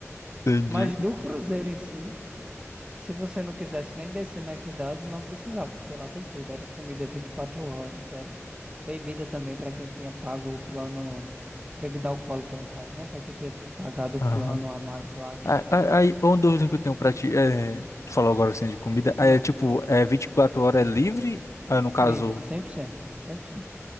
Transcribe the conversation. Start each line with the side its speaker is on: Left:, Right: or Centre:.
Left: Entendi.
Right: Mas do Cruzeiro em si, se você não quisesse nem descer nas cidades, não precisava, porque lá tem tudo, era comida 24 horas, era bebida também para quem tinha pago o plano, bebida alcoólica no caso, né? Para quem tinha pagado o plano
Left: Aham.
Right: a mais lá que
Left: Ah,
Right: tem.
Left: ah, Aí, uma dúvida que eu tenho pra ti, é, tu falou agora assim de comida, aí
Right: Hum,
Left: é tipo, é 24 horas é livre? Ah, no caso,
Right: livre, cem por cento. cem por cento.